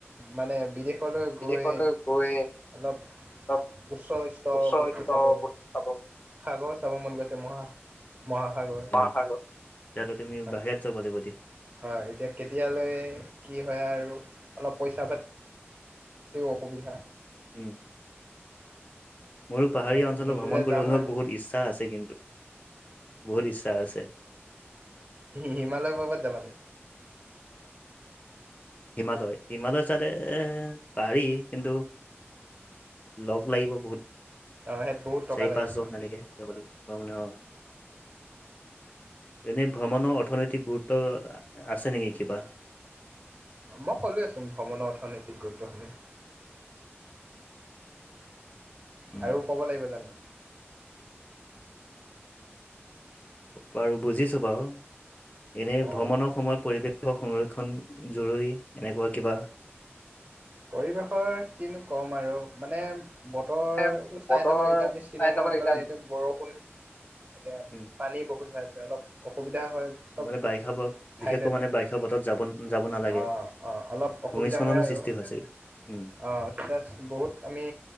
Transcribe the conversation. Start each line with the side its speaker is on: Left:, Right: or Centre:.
Right: মানে বিদেশ ক'লৈ
Left: বিদেশলৈ
Right: গৈ
Left: গৈ
Right: অলপ
Left: অলপ
Right: উচ্চ স্তৰ
Left: উচ্চ
Right: বস্তু
Left: উচ্চ
Right: চাব মো
Left: বস্তু চাব
Right: সাগৰ চাব মন গৈছে। মহা মহাসাগৰ
Left: মহাসাগ, তেহ'লে তুমি
Right: হয়
Left: বাহিৰত যাব লাগিব যি
Right: হয় এতিয়া কেতিয়ালৈ কি হয় আৰু অলপ পইচা পাতি তিওঁ অসুবিধা।
Left: উ। মোৰো পাহাৰীয়া
Right: এতিয়া
Left: অঞ্চলত
Right: মিলিলে
Left: ভ্ৰমণ কৰিবলৈ
Right: যাম আৰু
Left: বহুত ইচ্ছা আছে কিন্তু। বহুত ইচ্ছা আছে।
Right: হি-হিমালয় পৰ্বত যাবা নি।
Left: হিমালয়-হিমালয় চাইদে পাৰি। কিন্তু লগ লাগিব বহুত।
Right: অ সেইত বহুত টকা
Left: চাৰি
Right: লাগিব
Left: পাঁচজন এনেকে যাব লাগিব। অ' মানে অ'। এনে ভ্ৰমণৰ অৰ্থনৈতিক গুৰুত্ব আছে নেকি কিবা।
Right: মই ক'লোৱেচোন ভ্ৰমণৰ অৰ্থনৈতিক গুৰুত্ব খিনি।
Left: উম
Right: আৰু ক'ব লাগিব জানো।
Left: বাৰু বুজিছো বাৰু, এনে
Right: অ
Left: ভ্ৰমণৰ সময়ত পৰিৱেশ সংৰক্ষণ জৰুৰী এনেকুৱা কিবা।
Right: পৰিৱেশৰ কিনো কম আৰু মানে বতৰটো
Left: এ,
Right: চাই
Left: বতৰ
Right: যাব লাগিব এতিয়া আমি শ্বিলঙত
Left: চাই যাব লাগিব
Right: গ'লে এতিয়া বৰষুণ এতিয়া
Left: উম
Right: পানী বহুত হৈ আছে অলপ অসুবিধা অসুবিধা হয়, চব
Left: ত' মানে বাৰিষা ব-
Right: ঠাইতে
Left: বিশেষকৈ
Right: যে
Left: মানে বাৰিষা বতৰত যাব যাব নালাগে
Right: অ', অ', অলপ
Left: ভূমিস্খলনৰ
Right: অসুবিধা। বিধা হয় আৰু।
Left: <unintelligible> উম।
Right: অ', <unintelligible> বহুত আমি